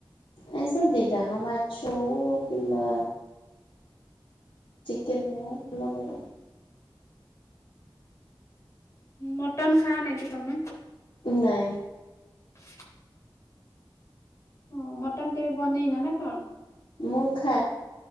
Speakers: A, on the left; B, on the left.
A: ଆଇଁଷ ଦି ଟା ଯାଙ୍କ ମାଛ ହଉ କିମ୍ବା। ଚିକେନ ହଉ ଭଲ କରେ ଆଉ।
B: ମଟନ ଖାଅ ନାଇଁ କି ତମେ?
A: ନାଇ।
B: <unintelligible> ହ ମଟନ କେବେ ବନେଇନ ନା କଣ?
A: ମୁଁ ଖା